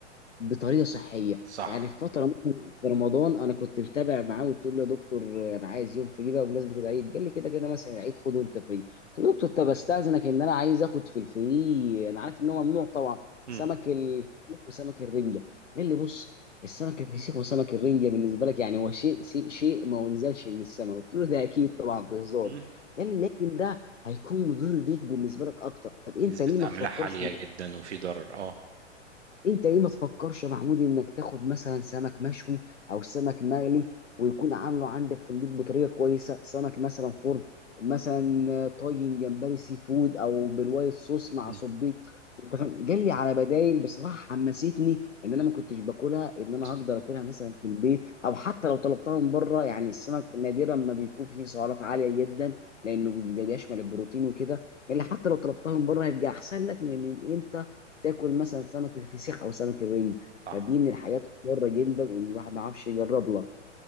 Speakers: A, on the left; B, on the right.
A: بطريقه صحيه
B: صح
A: يعني في فتره مثلا في رمضان انا كنت متابع معاه وقلت له يا دكتور انا عايز يوم فري بقى بمناسبه العيد قال لي كده كده مثلا العيد خده انت فري قلت له دكتور طب استاذنك ان انا عايز اخد في الفري انا عارف ان هو ممنوع طبعا
B: مم.
A: سمك الفسيخ وسمك الرنجه قال لي بص السمك الفسيخ وسمك الرنجه بالنسبه لك يعني هو شيء شيء, شيء ما انزلش من السماء قلت له ده اكيد طبعا بهزار
B: مم.
A: قال لي لكن ده هيكون مضر ليك بالنسبه لك اكتر طب انت
B: نسبه
A: ليه ما
B: املاح
A: تفكرش
B: عاليه جدا وفي ضرر اه
A: انت ليه ما تفكرش يا محمود انك تاخد مثلا سمك مشوي او سمك مقلي ويكون عامله عندك في البيت بطريقه كويسه سمك مثلا فرن مثلا آه، طاجن جمبري سي فود او بالوايت صوص مع
B: مم.
A: صبيط انت فاهم قال لي على بدايل بصراحه حمستني ان انا ما كنتش باكلها ان انا
B: صح
A: هقدر اكلها مثلا في البيت او حتى لو طلبتها من بره يعني السمك نادرا ما بيكون فيه سعرات عاليه جدا لانه بيبقى بيشمل البروتين وكده قال لي حتى لو طلبتها من بره هيبقى احسن لك من ان انت تاكل مثلا سمك الفسيخ او سمك الرنج
B: صح
A: فدي من الحاجات المضره جدا ان الواحد ما عرفش يجرب لها